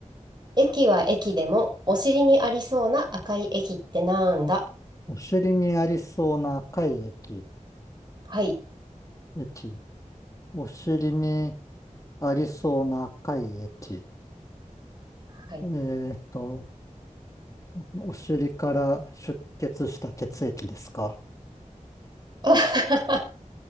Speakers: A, on the right; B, on the left.
A: 駅は駅でも、お尻にありそうな赤い駅ってなんだ
B: お尻にありそうな赤い液。
A: はい。
B: 液。お尻にありそうな赤い液。
A: はい。
B: えーっと、お尻から出血した血液ですか。
A: <laughs>